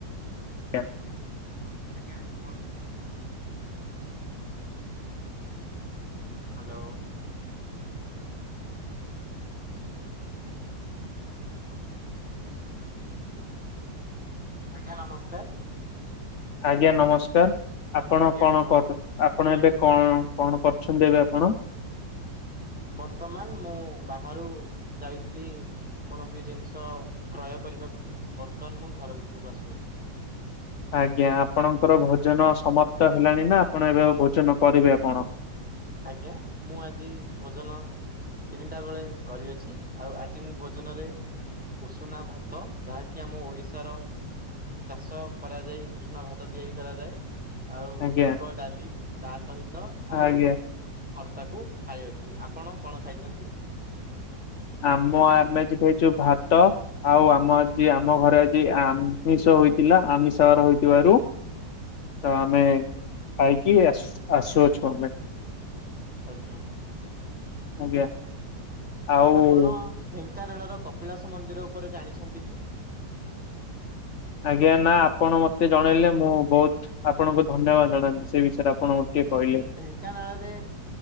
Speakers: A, on the left; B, in the centre.
A: ଜ୍ଞା
B: ଆଜ୍ଞା ଆଜ୍ଞା କୁହନ୍ତୁ? ହ୍ୟାଲୋ ଆଜ୍ଞା ନମସ୍କାର।
A: ଆଜ୍ଞା ନମସ୍କାର ଆପଣ
B: ଆଜ୍ଞା
A: କଣ
B: କୁହନ୍ତୁ
A: କର ଆପଣ ଏବେ କଣ କଣ କରୁଛନ୍ତି ଏବେ ଆପଣ?
B: ବର୍ତ୍ତମାନ ମୁଁ ବାହାରୁ ଯାଇଥିଲି କୌଣସି ଜିନିଷ କ୍ରୟ କରିବାକୁ ବର୍ତ୍ତମାନ ମୁଁ ଘର ଭିତରକୁ ଆସୁଅଛି।
A: ଆଜ୍ଞା ଆପଣଙ୍କର ଭୋଜନ ସମାପ୍ତ ହେଲାଣି ନା ଆପଣ ଏବେ ଭୋଜନ କରିବେ ଆପଣ?
B: ଆଜ୍ଞା ମୁଁ ଆଜି ଭୋଜନ ତିନିଟା ବେଳେ କରିଅଛି ଆଉ ଆଜି ମୁଁ ଭୋଜନରେ ଉସୁନା ଭାତ ଯାହାକି ଆମ ଓଡିଶାର ଚାଷ କରାଯାଇ ଉଷୁନା ଭାତ ତିଆରି କରାଯାଏ। ଆଉ
A: ଆଜ୍ଞା
B: ମୁଗ ଡାଲି ତା ସହିତ ଆଳୁ।
A: ଆଜ୍ଞା
B: ଭର୍ତ୍ତାକୁ ଖାଇ ଅଛି ଆପଣ କଣ ଖାଇଛନ୍ତି?
A: ଆମ ଆମେ ଏ ଯୋଉ ଭାତ ଆଉ ଆମ ଜି ଆମ ଘରେ ଆଜି ଆମିଷ ହୋଇଥିଲା ଆମିଷର ହୋଇଥିବାରୁ। ତ ଆମେ ଖାଇକି ଆସୁ ଆସୁଅଛୁ ଆମେ।
B: ଆଜ୍ଞା।
A: ଆଜ୍ଞା। ଆଉ
B: ଆପଣ ଢେଙ୍କାନାଳର କପିଳାସ ମନ୍ଦିର ଉପରେ ଜାଣିଛନ୍ତି କି?
A: ଆଜ୍ଞା ନା, ଆପଣ ମତେ ଜଣେଇଲେ ମୁଁ ବହୁତ ଆପଣଙ୍କୁ ଧନ୍ୟବାଦ ଜଣାନ୍ତି। ସେ ବିଷୟରେ ଆପଣ ମତେ ଟିକେ କହିଲେ।
B: ଇଁ ଢେଙ୍କାନାଳରେ